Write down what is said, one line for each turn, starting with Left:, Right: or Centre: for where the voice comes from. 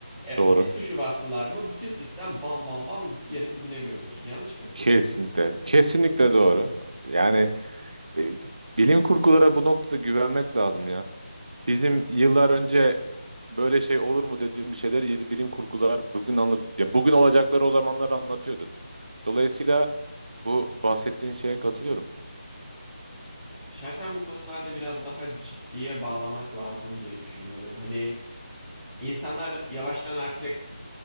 Centre: E,
Right: doğru.
Centre: bir tuşu bastılar mı bütün sistem bam bam bam yerin dibine gömülür. Yanlış mı?
Right: Kesinlikle. Kesinlikle doğru. Yani e, bilim kurgulara bu noktada güvenmek lazım ya. Bizim yıllar önce böyle şey olur mu dediğimiz şeyler yeni bilim kurgular bugün anlat ya bugün olacakları o zamanlar anlatıyordu. Dolayısıyla bu bahsettiğin şeye katılıyorum.
Centre: Şahsen bu konularda biraz daha ciddiye bağlamak lazım diye düşünüyorum. Hani İnsanlar yavaştan artık